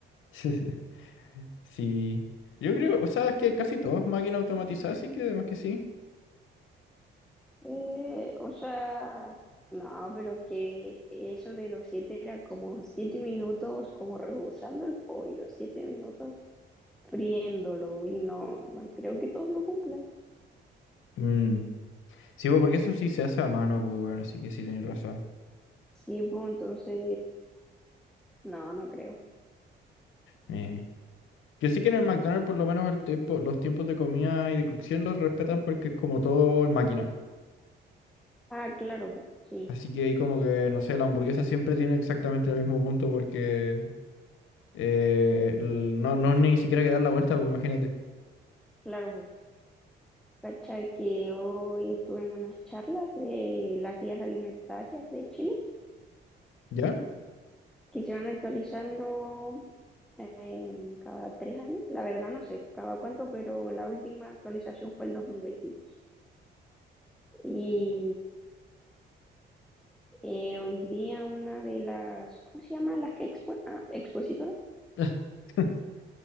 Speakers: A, on the left (about 80°); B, in the centre.
A: <laughs> Sí. Yo creo, o sea, es que casi todo es máquina automatizada, así que además que sí.
B: Eh, o sea, no, pero es que eso de los siete era como siete minutos como rebozando el pollo, siete minutos friéndolo y no, no creo que todos lo cumplan.
A: Mm. Sí, pues, porque eso sí se hace a mano, pues, bueno, así que sí tenéis razón.
B: Sí, pues entonces, no, no creo.
A: Eh. Yo sé que en el McDonald's por lo menos el tiempo, los tiempos de comida y de cocción los respetan porque es como todo en máquina.
B: Ah, claro, pues, sí,
A: Así que ahí como que, no sé, la hamburguesa siempre tiene exactamente el mismo punto porque Eh, l- no, no ni siquiera que dar la vuelta, pues imagínate.
B: claro, pues. Cacha que hoy estuve en unas charlas de las guías alimentarias de Chile.
A: ¿Ya?
B: que se van actualizando em, cada tres años. La verdad no sé cada cuánto, pero la última actualización fue el dos mil veintidós Y eh, hoy día una de las, ¿cómo se llama? Las que expo- ah, expositoras
A: <laughs>